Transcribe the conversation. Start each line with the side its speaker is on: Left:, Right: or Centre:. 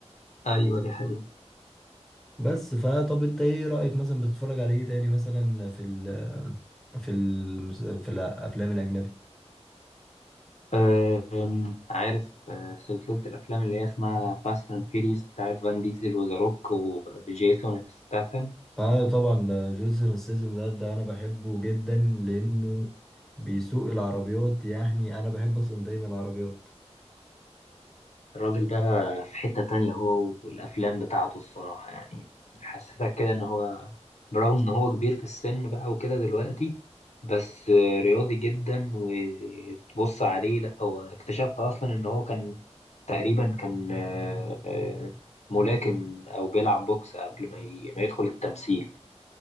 Left: ايوه دي حقيقة
Centre: بس فطب أنت إيه رأيك مثلا بتتفرج على إيه تاني مثلا في ال في ال في الأفلام الأجنبي
Left: أم، عارف أه، سلسلة الأفلام اللي هي اسمها فاست أند فيريس بتاعت فان ديزل وذا روك وجيسون ستاثام
Centre: آه طبعا ده جيسون ستاثام ده ده أنا بحبه جدا لأنه بيسوق العربيات يعني أنا بحب أصلا دايما العربيات
Left: الراجل ده في حتة تانية هو والأفلام بتاعته الصراحة يعني حسسك كده إن هو برغم إن هو كبير في السن بقى وكده دلوقتي بس رياضي جدا وتبص عليه لأ هو اكتشفت أصلا إن هو كان تقريبا كان آه، آه، ملاكم أو بيلعب بوكس قبل ما ي- ما يدخل التمثيل